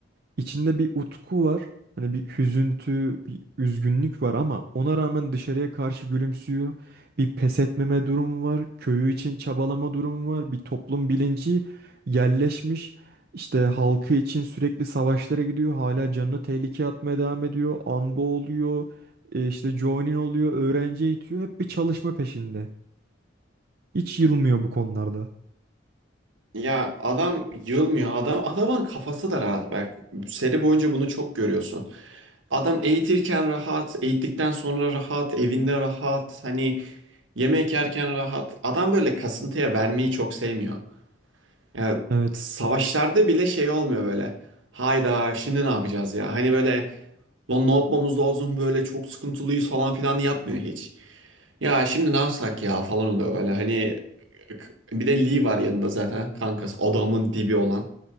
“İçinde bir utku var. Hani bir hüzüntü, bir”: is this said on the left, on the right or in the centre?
Right